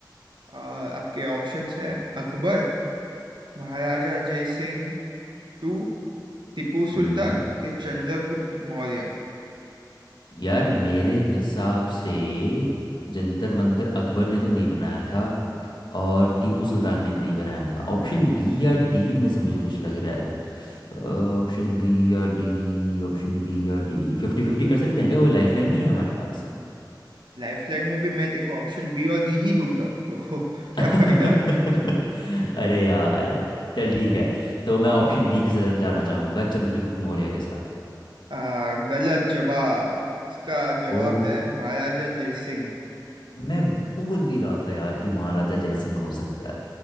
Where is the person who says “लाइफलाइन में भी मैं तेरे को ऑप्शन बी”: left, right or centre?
Right